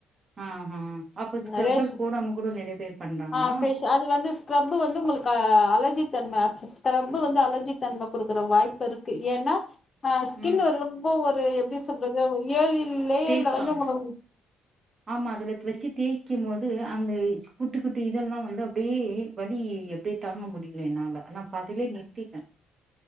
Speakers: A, on the right; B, on the left.
A: ஆஹா அப்ப ஸ்க்ரப்பர்
B: அ ரேஷ்
A: போடாம கூட நெறைய பேர் பண்றாங்களா
B: ஆ ஃபேஷ் அது வந்து ஸ்கரப் வந்து உங்களுக் ஆ அலர்ஜி தன்ம்ம <unintelligible> ரொம்ப வந்து அலர்ஜி தன்ம குடுக்குற வாய்ப்பு இருக்கு ஏன்னா ஆ ஸ்கின்னு
A: ம்
B: ரொம்ப ஒரு எப்டி சொல்றது ஒரு ஏழில் ப்ளேயர்ல
A: தேய்ப்பாங்க
B: வந்து உங்க உ
A: ஆமா அதுல வச் வச்சு தேய்க்கும் போது அந்த குட்டி குட்டி இதெல்லாம் வந்து அப்டியே வலி எப்டியே தாங்க முடியல என்னால நா பாதிலே நிற்த்திட்டே